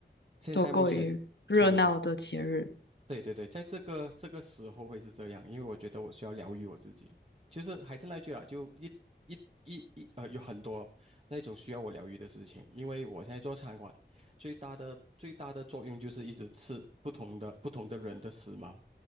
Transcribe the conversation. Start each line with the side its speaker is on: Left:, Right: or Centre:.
Right: 现在目前，
Left: 多过于热闹的节日。
Right: 对对对。对对对，在这个这个时候会是这样，因为我觉得我需要疗愈我自己。就是还是那句啦，就一一一一呃，有很多那种需要我疗愈的事情。因为我现在做餐馆，最大的最大的作用就是一直吃不同的不同的人的食髦，